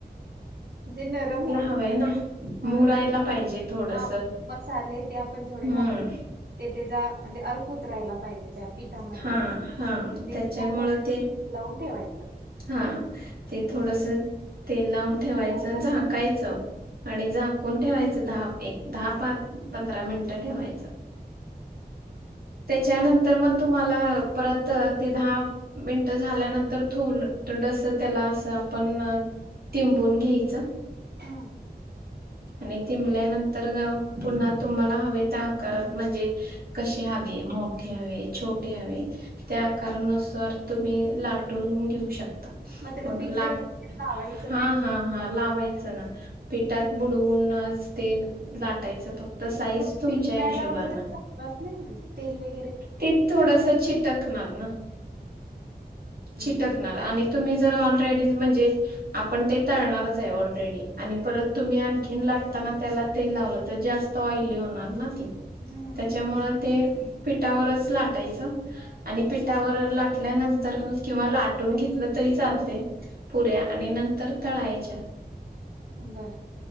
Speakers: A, on the right; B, on the right.
A: जे नरम होईल
B: हवंय
A: ते
B: ना
A: हा
B: मुरायला
A: नर
B: पाहिजे थोडस
A: आ. मसाले ते आपण
B: हम्म
A: जेवढे घातले ते त्याचा म्हणजे अर्क उतरायला पाहिजे त्यात. पिठामध्ये
B: हा हा
A: मग ते
B: त्याच्यामुळं
A: मऊ होण्यासाठी
B: ते
A: लावून ठेवायचं.
B: हा ते थोडसं तेल लावून
A: मग
B: ठेवायचं
A: आता आपण
B: अ झाकायचं. आणि झाकून ठेवायचं दहा एक दहा
A: हा
B: पा पंधरा मिनिटं ठेवायचं. त्याच्यानंतर मग तुम्हाला परत ते दहा. मिनट झाल्यानंतर थोल डंस त्याला असं आपण अ्. तिंबून घ्यायचं.
A: हम.
B: आणि तिंबल्यानंतर <unintelligible> पुन्हा तुम्हाला हवे त्या आकारात म्हणजे कशी. <unintelligible> हवी मोठी हवे छोटी हवे. त्या आकारा नुसार तुम्ही लाटून घेऊ शक.
A: त्याला
B: मग
A: पीठ
B: लाट
A: वगैरे लावायचं
B: हा
A: काय ते
B: हा
A: तेलात?
B: हा लावायचं ना. पिठात बुडवूनच ते लाटायचं फक्त साईज
A: मग
B: तुमच्या
A: पीठ नाही
B: हिशोबानं.
A: लावलं <unintelligible> नाही म्हणजे तेल वै.
B: ते थोडंसं चिटकणार ना
A: हम्म
B: चिटकणार
A: हम्म
B: आणि तुम्ही जर ऑलरेडी म्हणजे आपण ते तळणारच आहे ऑलरेडी. आणि परत तुम्ही आणखीन लाटताना त्याला तेल लावलं तर जास्त ऑइली होणार ना ते.
A: हम्म
B: त्यांच्यामुळे ते पिठावरच लाटायचं. आणि पिठावर लाटल्यानंतर किंवा लाटून घेतलं तरी चालतंय. पुऱ्या आणि नंतर तळायच्या.
A: बरं